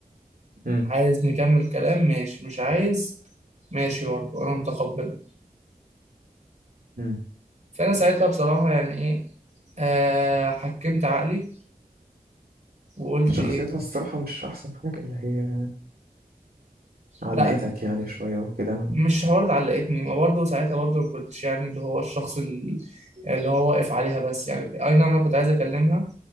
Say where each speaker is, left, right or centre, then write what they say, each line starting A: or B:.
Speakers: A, on the right; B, on the right.
A: امم
B: عايز نكمل كلام ماشي مش عايز ماشي برضه انا متقبله
A: امم
B: فانا ساعتها بصراحه يعني ايه آه حكمت عقلي وقلت
A: شخصيتها
B: إيه،
A: الصراحه مش احسن حاجه اللي هي علقتك
B: لا
A: يعني شويه وكده
B: مش حوار اتعلقتني ما برضه ساعتها برضه ما كنتش يعني اللي هو الشخص ال- اللي هو واقف عليها بس يعني اي نعم انا كنت عايز اكلمها